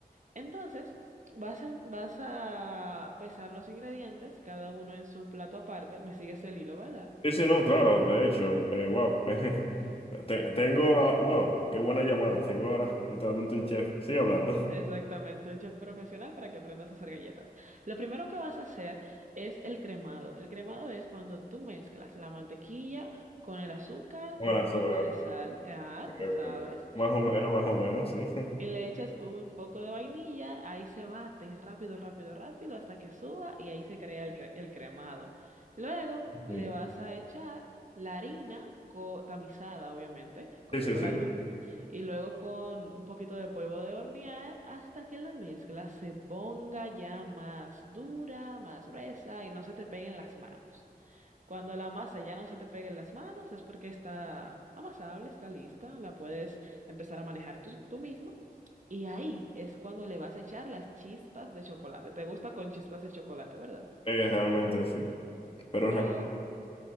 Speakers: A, on the right; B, on the left.
A: Entonces, vas a, vas a pesar los ingredientes, cada uno en su plato aparte. Me sigues el hilo, ¿verdad?
B: Sí, sí, no, claro, de hecho, eh, wow. <laughs> Te- Tengo, ah, wow, qué buena llamada. Tengo ahora literalmente un chef. Sigue hablando.
A: Exactamente, un chef profesional para que aprendas a hacer galletas. Lo primero que vas a hacer es el cremado. El cremado es cuando tú mezclas la mantequilla con el azúcar
B: Buenas,
A: y un poquito
B: Ok,
A: de sal, ah, tú sabes,
B: ok. Más o menos, más o menos, sí. <laughs>
A: y le echas un poco de vainilla, ahí se bate rápido, rápido, rápido hasta que suba y ahí se crea el, cre- el cremado. Luego le
B: Sí,
A: vas a echar la harina co- tamizada, obviamente, con
B: sí, sí.
A: un colador
B: sí.
A: y luego con un poquito de polvo de hornear hasta que la mezcla se ponga ya más dura, más gruesa y no se te peguen las manos. Cuando la masa ya no se te pegue en las manos es porque está amasable, está lista, la puedes empezar a manejar tú, tú mismo. Y ahí es cuando le vas a echar las chispas de chocolate. Te gusta con chispas de chocolate, ¿verdad?
B: Eh, realmente sí. Pero
A: Pero